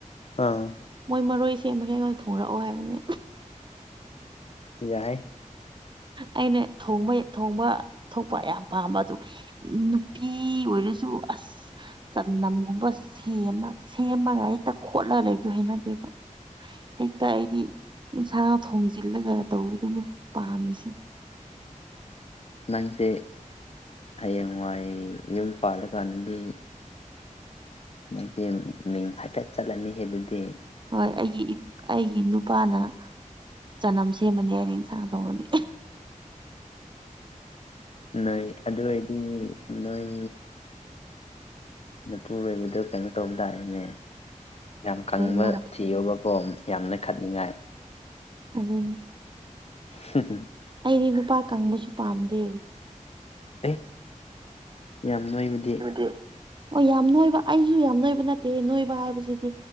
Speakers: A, on the left; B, on the right.
A: ꯑ
B: ꯃꯣꯏ ꯃꯔꯣꯏ ꯁꯦꯝꯕꯒꯩ ꯑꯩꯉꯣꯟꯗ ꯊꯣꯡꯣꯔꯛꯑꯣ ꯍꯥꯏꯕꯅꯤ
A: ꯌꯥꯏ
B: ꯑꯩꯅ ꯊꯣꯡꯕ ꯊꯣꯡꯕ ꯊꯣꯛꯄ ꯌꯥꯝ ꯄꯥꯝꯕ ꯑꯗꯨ ꯅꯨꯄꯤ ꯑꯣꯏꯔꯁꯨ ꯑꯁ ꯆꯅꯝꯒꯨꯝꯕ ꯁꯦꯝꯃ ꯁꯦꯝꯃꯒ ꯍꯦꯛꯇ ꯈꯣꯠꯂꯒ ꯂꯩꯕꯗꯨ ꯍꯩꯅꯗꯦꯕ ꯍꯦꯛꯇ ꯑꯩꯗꯤ ꯌꯦꯟꯁꯥꯡ ꯊꯣꯡꯖꯤꯜꯂꯒ ꯇꯧꯕꯗꯨꯅꯦ ꯄꯥꯝꯃꯤꯁꯦ
A: ꯅꯪꯁꯦ ꯍꯌꯦꯡꯋꯥꯏ ꯌꯨꯝ ꯄꯥꯜꯂꯀꯥꯟꯗꯗꯤ ꯅꯪꯁꯦ ꯃꯤꯡ ꯍꯥꯏꯐꯦꯠ ꯆꯠꯂꯅꯤ ꯍꯦ ꯑꯗꯨꯗꯤ
B: ꯍꯣꯏ ꯑꯩꯒꯤ ꯑꯩꯒꯤ ꯅꯨꯄꯥꯅ ꯆꯅꯝ ꯁꯦꯝꯃꯅꯤ ꯑꯩꯅ ꯏꯟꯁꯥꯡ ꯇꯣꯡꯉꯅꯤ
A: ꯅꯣꯏ ꯑꯗꯣꯏꯗꯤ ꯅꯣꯏ ꯃꯄꯨꯔꯣꯏꯕꯗ ꯀꯩꯅꯣ ꯇꯧꯕ ꯇꯥꯔꯦꯅꯦ ꯌꯥꯝ ꯀꯪꯕ
B: ꯍꯣꯏ ꯃꯥ
A: ꯊꯤꯌꯣꯕ ꯀꯣ ꯌꯥꯝ ꯅꯣꯏꯈꯠꯅꯤꯡꯉꯥꯏ
B: ꯑꯗꯨꯅꯤ
A: ꯍꯝꯍꯝ
B: ꯑꯩꯗꯤ ꯅꯨꯄꯥ ꯀꯪꯕꯁꯨ ꯄꯥꯝꯗꯦ
A: ꯑꯦ ꯌꯥꯝ ꯅꯣꯏꯕꯅꯤ
B: ꯕꯗꯤ ꯑꯣ ꯌꯥꯝ ꯅꯣꯏꯕ ꯑꯩꯁꯨ ꯌꯥꯝ ꯅꯣꯏꯕ ꯅꯠꯇꯦ ꯅꯣꯏꯕ ꯍꯥꯏꯕꯁꯤꯗꯤ